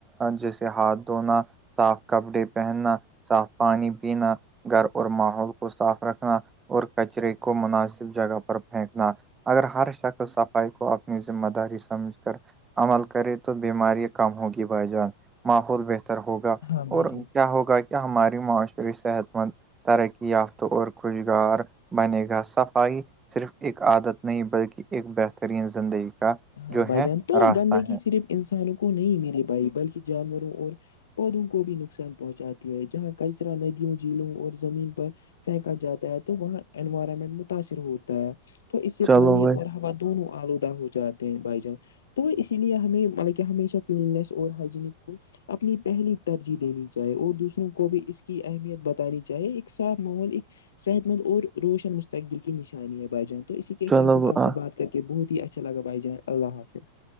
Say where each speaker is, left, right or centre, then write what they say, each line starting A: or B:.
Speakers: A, on the right (about 15°); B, on the left (about 65°).
A: جیسے ہاتھ دھونا صاف کپڑے پہننا صاف پانی پینا گھر اور ماحول کو صاف رکھنا اور کچرے کو مناسب جگہ پر پھینکنا اگر ہر شخص صفائی کو اپنی ذمہ داری سمجھ کر عمل کرے تو بیمارییا کم ہوگی بھائی جان ماحول بہتر بتر ہوگا
B: ہاں بھائی
A: اور
B: جان
A: کیا ہوگا کہ ہماری معاشر صحت مند ترقی یافتہ اور خوشگار بنے گا صفائی صرف ایک عادت نہیں بلکہ ایک بہترین زندگی کا
B: ہاں
A: جو
B: بھائی
A: ہے
B: جان تو
A: راستہ
B: گندگی
A: ہے
B: صرف انسانوں کو نہیں میرے بھائی بلکہ جانوروں اور پودوں کو بھی نقصان پہنچاتے ہے جہاں کئی طرح ندیوں جھیلوں اور زمین پر پھینکا جاتا ہے تو وہاں انوائرمنٹ متاثر ہوتا ہے تو اس سے
A: چلو
B: پانی
A: بھائی
B: اور ہوا دونوں آلودہ ہو جاتے ہیں بائی جانس تو اسی لیے ہمیں مطلب کہ ہمیشہ کلیننیس اور ہائجینک کو اپنی پہلی ترجیح دینی چاہے اور دوسروں کو بھی اس کی اہمیت بتانی چاہے ایک صاف ماحول ایک صحت مند اور روشن مستقبل کی نشانی ہے با جان تو اسی کے
A: چلو
B: ساتھ سھ آپ سے
A: آ-
B: بات کر کے بہت ہی اچھا لگا بھائی جان اللہ حافظ